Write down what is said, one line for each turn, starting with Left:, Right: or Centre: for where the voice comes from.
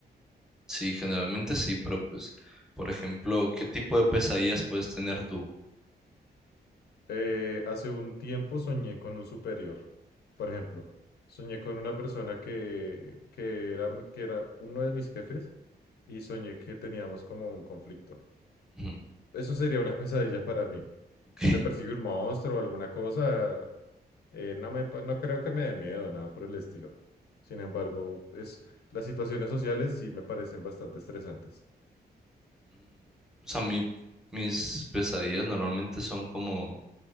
Centre: Sí, generalmente sí, pero pues, por ejemplo, ¿qué tipo de pesadillas puedes tener tú?
Left: eh, hace un tiempo soñé con un superior. Por ejemplo, soñé con una persona que, que era, mi- que era uno de mis jefes y soñé que teníamos como un conflicto.
Centre: Ujú,
Left: Eso sería una <laughs> pesadilla para mí.
Centre: Ok.
Left: Si me persigue un monstruo o alguna cosa, eh, no me, pa- no creo que me dé miedo, nada por el estilo. Sin embargo, es, las situaciones sociales sí me parecen bastante estresantes.
Centre: Mm, Pues a mí, mis pesadillas normalmente son como